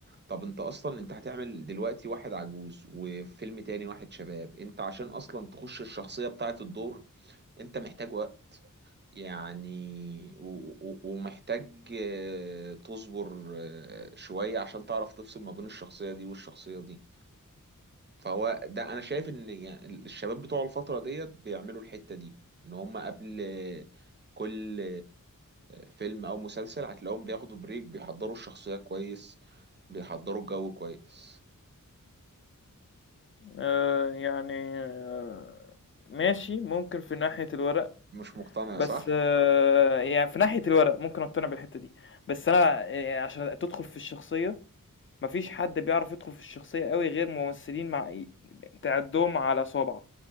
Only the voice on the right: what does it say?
طب انت اصلا انت هتعمل دلوقتي واحد عجوز وفيلم تاني واحد شباب انت عشان اصلا تخش الشخصيه بتاعه الدور انت محتاج وقت يعني و- و- ومحتاج آه، تصبر آه، شويه عشان تعرف تفصل ما بين الشخصيه دي والشخصيه دي فهو ده انا شايف ان يعني الشباب بتوع الفتره ديت بيعملوا الحته دي ان هم قبل كل فيلم او مسلسل هتلاقيهم بياخدوا بريك بيحضروا الشخصيه كويس بيحضروا الجو كويس
مش مقتنع
صح